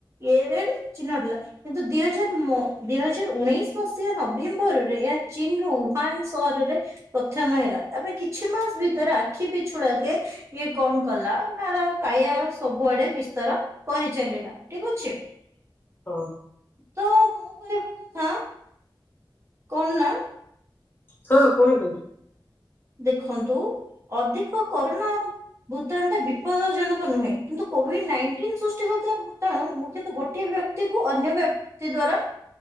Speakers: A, on the right (about 30°); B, on the left (about 25°).
A: ଏ ଏରିଆ ରେ କିଛି ନଥିଲା କିନ୍ତୁ ଦି ହଜାର ମ ଦି‌ ହଜାର। ଦି ହଜାର ଉଣେଇଶି ମସିହା ନଭେମ୍ବରରେ ଏହା ଚୀନର ଉହାନ ସହରରେ। ପ୍ରଥମ ହେଲା ତାପରେ କିଛି ମାସ ଭିତରେ ଆଖି ପିଛୁଳା କେ। ଇଏ କଣ କଲା ନା ଆର କାଇଆ ସବୁଆଡେ ବିସ୍ତାର। କରି ଚାଲିଲା ଠିକ ଅଛି।
B: ହଁ।
A: ତ ମୁଁ କହିବା କଥା। କଣ ନା।
B: ହଁ କୁହନ୍ତୁ।
A: ଦେଖନ୍ତୁ ଅଧିକ କରୋନା। ଭୂତାଣୁ ଟା ବିପଦଜନକ ନୁହେଁ କିନ୍ତୁ କୋଭିଡ଼ ନାଇଟିନ ସୃଷ୍ଟି ହବାରୁ। ତ ମୁଖ୍ୟତଃ ଗୋଟିଏ ବ୍ୟକ୍ତିକୁ ଅନ୍ୟ ବ୍ୟକ୍ତି ଦ୍ଵାରା।